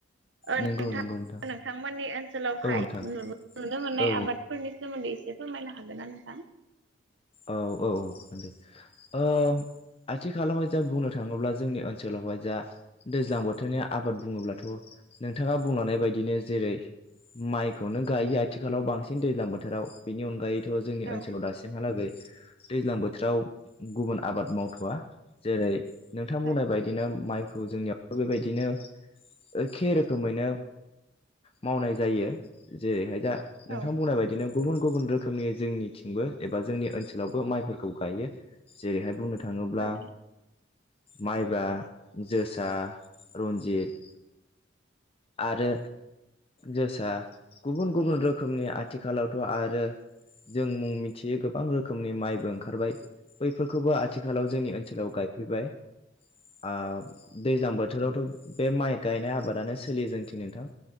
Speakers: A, on the right; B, on the left.
A: ओ
B: नंगौ
A: नोंथां
B: नंगौ नोंथां
A: नोंथांमोननि ओनसोलावहाय
B: औ नोंथां
A: नुनो मोननाय
B: औ
A: आबादफोरनि सोमोन्दै एसे फोरमायनो हागोन ना नोंथां?
B: औ औ औ दे ओ आथिखालावहाय जों बुंनो थाङोब्ला जोंनि ओनसोल जा दैज्लां बोथोरनि आबाद बुङोब्लाथ' नोंथाङा बुंलांनाय बायदिनो जेरै माइखौनो गायो आथिखालाव बांसिन दैज्लां बोथोराव बेनि अनगायैथ' जोंनि
A: औ
B: ओनसोलाव दासिमहालागै, दैज्लां बोथोराव गुबुन आबाद मावथ'वा जेरै नोंथां बुंनाय
A: औ
B: बायदिनो माइ, जोंनियाव बेबायदिनो एखे रोखोमैनो, मावनाय जायो जेरैहाय दा, नोंथां
A: औ
B: बुंनाय बायदिनो गुबुन गुबुन रोखोमनि जोंनिथिंबो एबा जोंनि ओनसोल ओनसोलावबो माइफोरखौ गायो जेरैहाय बुंनो, थाङोब्ला
A: औ
B: माइब्रा जोसा रन्जित आरो जोसा गुबुन गुबुन रोखोमनि आथिखालावथ' आरो जों मुं मिथियो गोबां रोखोमनि माइबो ओंखारबाय बैफोरखौबो आथिखालाव जोंनि ओनसोलाव गायफैबाय आ दैज्लां बोथोरावथ' बे माइ गायनाय आबादानो, सोलि जोंनिथिं नोंथां